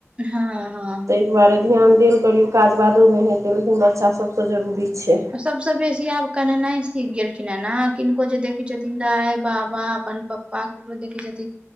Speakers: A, on the right; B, on the right.
A: हाँ ह।
B: ताहि दुआरे ध्यान देल करियौ काज बादोमे हेतै लेकिन बच्चा सभसँ जरूरी छै।
A: सबस बेसी आब कनेनाय सीख गेलखिन हऽ ने किनको जे देखे छथिन दाइ -बाबा अपन प्प पापा ककरो देखै छथिन